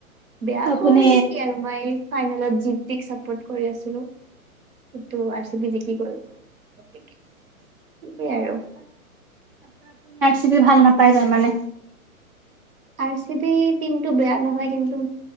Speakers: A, on the right (about 70°); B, on the right (about 40°).
A: বেয়া
B: আপুনি
A: পোৱা মানে কি? এই ফাইনেলত জিত জি টিক চাপোৰ্ট কৰি আছিলো কিন্তু আৰ চি বি জিকি গ'ল গতিকে সেইটো আৰু।
B: তুমি ভাল নাপায় জানানে।
A: আৰ চি বি টিমতটো বেয়া নহয়, কিন্তু